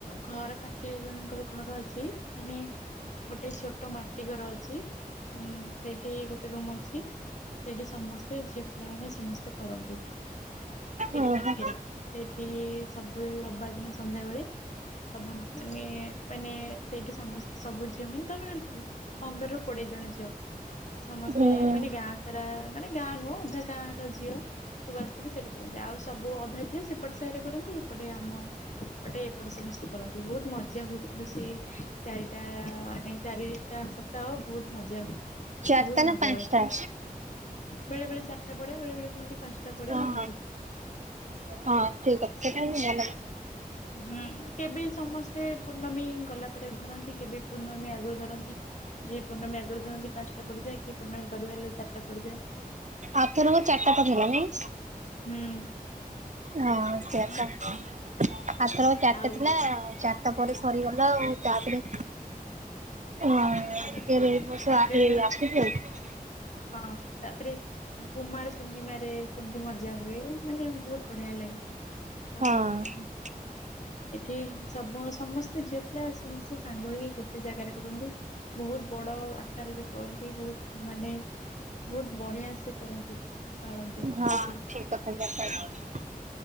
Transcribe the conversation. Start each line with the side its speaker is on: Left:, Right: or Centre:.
Left: ଘର ପାଖେରେ ଜଣଙ୍କର ଘର ଅଛି ମାନେ ଗୋଟେ ଛୋଟ ମାଟି ଘର ଅଛି ଉଁ ସେଇଠି ଗୋଟେ ରୁମ ଅଛି। ସେଠି ସମସ୍ତେ ଝିଅ ପିଲାମାନେ ସମସ୍ତେ କରନ୍ତି ଏଇଠି
Right: ଓହୋ
Left: ପାଖରେ। ସେଇଠି ସବୁ ରବିବାର ଦିନ ସନ୍ଧ୍ୟାବେଳେ ସବୁ ମାନେ ମାନେ ସେଇଠି ସମସେ ସବୁ ଝି ଝିଅ ମାନେ ତମେ ପନ୍ଦରରୁୁ କୋଡିଏ ଜଣ ଝିଅ ସମସ୍ତେ
Right: ହୁଁ।
Left: ମାନେ ଗାଁ ସାରା ମାନେ ଗାଁ ନୁହଁ ଅଧା ଗାଁ ର ଝିଅ ସବୁ ଆସିକି ସେଠି କରୁନ୍ତି ଆଉ ସବୁ ଅଧା ଝିଅ ସେ ପଟେ ସାହିରେ କରନ୍ତି ଏପଟେ ଆମ ଏପଟେ ଏପଟେ ସମସ୍ତେ କରନ୍ତି ବହୁତ ମଜା ହୁଏ କିନ୍ତୁ ସେ ଚାରିଟା ମାନେ ଚାରିଟା ସପ୍ତାହ ବହୁତ ମଜା ହୁଏ।
Right: ଚାରିଟା
Left: ବହୁତ ମଜା
Right: ନା ପାଂଶଟା।
Left: ହୁଏ ବେଳେ ବଳେ ଚାରିଟା ପଡେ ବେଳେ ବେଳେ କୁହନ୍ତି ପାଁଶଟା ପଡେ
Right: ହଁ
Left: ଏମତି।
Right: ହଁ ଠିକ କଥା
Left: ହୁଁ କେବେ ସମସ୍ତେ ପୂର୍ଣ୍ଣମୀ ଗଲା ପରେ ଧରନ୍ତି କେବେ ପୂର୍ଣ୍ଣମୀ ଆ ଗରୁ ଧରନ୍ତି ଯିଏ ପୂର୍ଣ୍ଣମୀ ଆଗରୁ ଧରନ୍ତି ପାଞ୍ଚଟା ପଡିଯାଏ କି ପୂର୍ଣ୍ଣମୀ ପରେ ଧରଲେ ଚାରିଟା ପଡିଯାଏ।
Right: ଆଥରକ ଚାରିଟା ତ ଥିଲା ନାଇ।
Left: ହୁଁ।
Right: ହଁ ଚରିଟା ଆଥରକ ଚାରିଟା
Left: ଆଉ
Right: ଥିଲା ଚା ତରିଟା ପରେ ସରିଗଲା ଆଉ ତାପରେ ହଁ
Left: ତାପରେ ତାପରେ
Right: ଫେରେ ଏଇ ବର୍ଷ ଏ ଆସୁଛି ଆଉ।
Left: ହଁ ତାପରେ କୁମାର ପୂର୍ଣ୍ଣିମାରେ ସେମିତି ମଜା ହୁଏ ମାନେ ବହୁତ ବଢିଆ ଲାଗେ। ଆଉ
Right: ହଁ।
Left: ଉ ଏଠି ସବୁ ସମସ୍ତେ ଝିଅ ପିଲା ସମସ୍ତେ ସାଙ୍ଗ ହେଇକି ଗୋଟେ ଜାଗାରେ କରନ୍ତି। ବହୁତ ବଡ ଆକାରରେ କରନ୍ତି ବହୁତ ମାନେ ବହୁତ ବଢିଆ ସେ କରନ୍ତି। ପାଳନ୍ତି
Right: ହଁ
Left: ଏଠି
Right: ଠିକ କଥା ଯା କଇଲ।